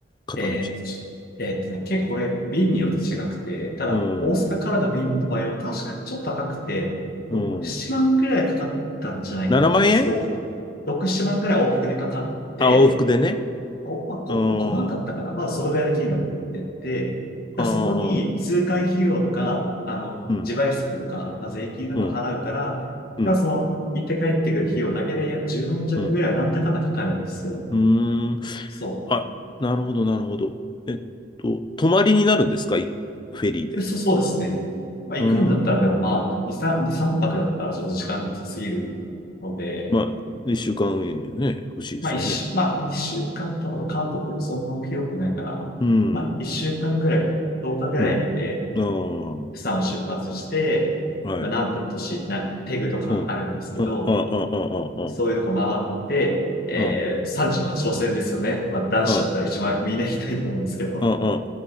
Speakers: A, on the left; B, on the left.
A: 片道で。
B: えーっと、ちょえーっとね、結構これ、便によると違くて、ただ、
A: うん。
B: 大阪からの便の場合は確かにちょっと高くて、6、
A: うん。
B: 7万ぐらいかかったんじゃないかなと思うんです、
A: 7万円
B: 往復。6、7万ぐらい往復でかかって、
A: あ、往復でね。
B: 5、まあ、5、
A: うーん、
B: 5万だったかな。まあ、そのぐらいの金額ってて、
A: あー
B: だからそこに通関費用とか、あの、
A: うん、
B: 自賠責とか、まあ、税金とか払うから、
A: うん、
B: だからその、
A: うん、
B: 行って帰ってくる費用だけで10万弱ぐらいはなんだかんだかかるんですよ。
A: うん、うーん。
B: そう。
A: あ、なるほど、なるほど。えっと、泊まりになるんですかいフェリーで。
B: そ、そうですね。まあ、行くんだったら、
A: うー
B: でもまあ、
A: ん。
B: 2、3、2、3泊だったらちょっと時間なさすぎるので、
A: まあ、一週間ね、欲しいですよね。
B: まあ、一週、まあ、一週間とかの韓国、そんな広くないから、
A: うん、
B: まあ、一週間ぐらい、10日ぐらい見て、
A: うん。あ
B: 釜山を出発して、
A: あ、はい。
B: まあ、南部の都市、な、テグとかあるんですけど、
A: うん。あ、あ、あ、あ、あ、
B: そういうとこ回って、
A: あ、
B: えー、
A: あ、あ、
B: 38路線ですよね。まあ、男子だったら一番みんな行きたいと思うんですけど、
A: あ、あ、あ、